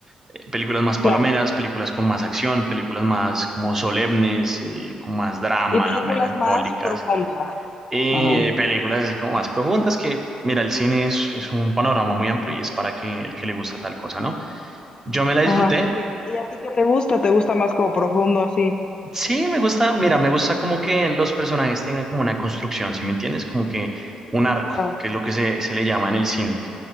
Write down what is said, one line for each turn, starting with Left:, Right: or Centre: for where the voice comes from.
Right: Eh, películas más palomeras,
Left: Claro.
Right: películas con más acción, películas más como solemnes, eh, con más drama,
Left: Y películas
Right: melancólicas,
Left: más profundas.
Right: eh,
Left: Ajá,
Right: películas así como más profundas que, mira, el cine es, es un panorama muy amplio y es para que, el que le gusta tal cosa, ¿no? Yo me la disfruté,
Left: ajá. ¿Y a, y a ti qué te gusta? ¿Te gusta más como profundo así?
Right: Sí, me gusta, mira, me gusta como que los personajes tengan como una construcción, ¿sí me entiendes? Como que un arco,
Left: Claro.
Right: que es lo que se, se le llama en el cine.